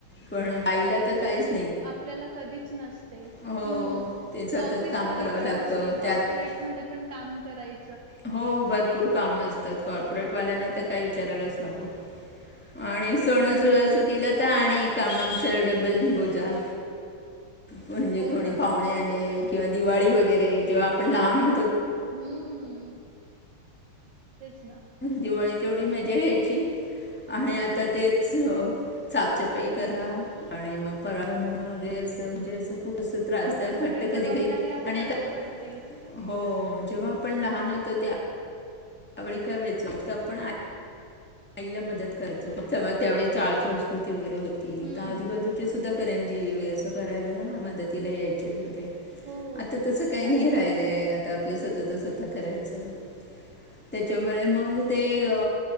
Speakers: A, in the centre; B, on the right.
A: पण बाईला तर काहीच नाई.
B: आपल्याला कदीच नसते हम्म
A: हो ते सतत
B: ऑफिसवाली
A: काम करावं
B: पण
A: लागतं
B: असली कॉपोर्रेट
A: त्यात
B: मधे पण काम कराय
A: हो भरपूर काम असतात कॉर्पोरेट वाल्यांना तर काय विचारायलाच नको. आणि सण
B: हम्म.
A: सणासुदीला तर आणि कामाच डब्बल बोजा. म्हणजे
B: हो
A: कोणी
B: ना.
A: पाहुणे आले किंवा दिवाळी वगैरे जेव्हा आपण लहान हो
B: हम्म तेच ना
A: दिवाळीत एवढी मजा या्यची आणि आता तेच सापचेप. पइ करा आणि मग परातन वगैरे असं म्हणजे अस खूप अस त्रासदायत
B: आता सगळी
A: वाटत
B: जबाबदारी
A: कधी कधी
B: आपल्यावर
A: आणि का
B: पडते.
A: <inaudible> <inaudible> हो जेव्हा आपण लहान होतो त्या त्यावेळी काय व्हायचं आता आपण आई आईला मदत करायचो तेवा त्यावेळी चाळ संस्कृती वगैरे होती
B: हम्म.
A: तर आजूबाजूचे सुद्धा करं जी वगैरे असं करायला ना मदतीला यायचे वगैरे.
B: हो.
A: आता तसं काही
B: करायला
A: नाही राहिलंय
B: यायची.
A: आता आपलं स्वतःच स्वत करायचं. त्याच्यामुळे मग ते अ